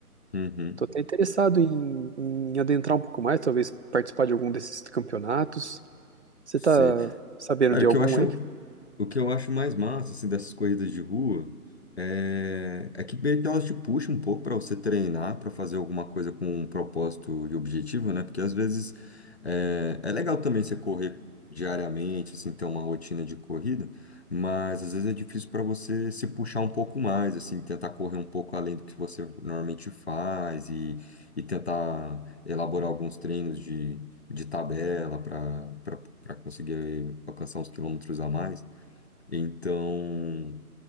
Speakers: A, on the left (about 45°); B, on the right (about 50°).
A: uhum.
B: Tô até interessado em, em adentrar um pouco mais, talvez participar de algum desses campeonatos. Você
A: Sei.
B: tá sabendo
A: Cara,
B: de
A: o
B: algum
A: que eu acho,
B: aí?
A: o que eu acho mais massa, assim, dessas corridas de rua é, é que meio que elas te puxam um pouco para você treinar, para fazer alguma coisa com um propósito e objetivo, né? Porque às vezes é, é legal também você correr diariamente, assim, ter uma rotina de corrida, mas às vezes é difícil para você se puxar um pouco mais, assim, tentar correr um pouco além do que você normalmente faz e, e tentar elaborar alguns treinos de tabela para conseguir alcançar uns quilômetros a mais. Então,